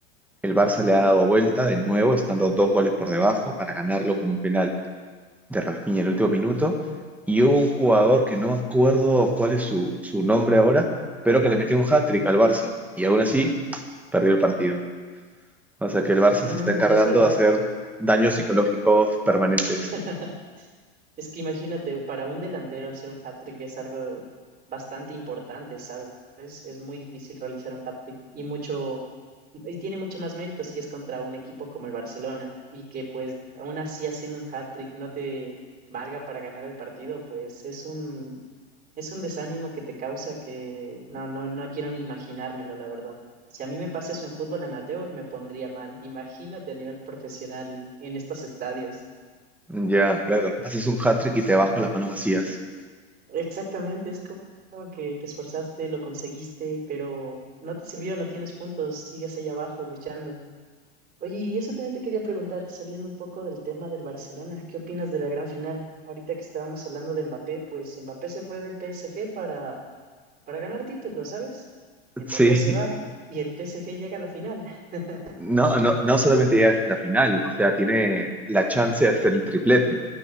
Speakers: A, in the centre; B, on the right.
A: El Barça le ha dado vuelta de nuevo, estando dos goles por debajo para ganarlo con un penal de Rafinha en el último minuto. Y hubo un jugador que no me acuerdo cuál es su, su nombre ahora, pero que le metió un hat-trick al Barça. Y aún así, perdió el partido. O sea que el Barça
B: Mm,
A: se está encargando
B: es verdad.
A: de hacer daños psicológicos permanentes.
B: <laughs> Es que imagínate, para un delantero hacer un hat-trick es algo bastante importante, ¿sabes? Es muy difícil realizar un hat-trick y mucho, y tiene mucho más mérito si es contra un equipo como el Barcelona y que pues aún así haciendo un hat-trick no te valga para ganar el partido, pues es un, es un desánimo que te causa que no, no, no quiero ni imaginármelo, la verdad. Si a mí me pasa eso en fútbol amateur, me pondría mal. Imagínate a nivel profesional y en estos estadios.
A: Ya, claro. Haces un hat-trick y te bajo las manos vacías.
B: Exactamente, es como que te esforzaste, lo conseguiste, pero no te sirvió, no tienes puntos, sigues ahí abajo luchando. Oye, y eso también te quería preguntar, saliendo un poco del tema del Barcelona, ¿qué opinas de la gran final? Ahorita que estábamos hablando de Mbappé, pues Mbappé se fue del PSG para, para ganar títulos, ¿sabes? Mbappé
A: Sí,
B: se va y el PSG llega a la final. <laughs>
A: No, no, no solamente llega a la final, o sea, tiene la chance de hacer el triplete,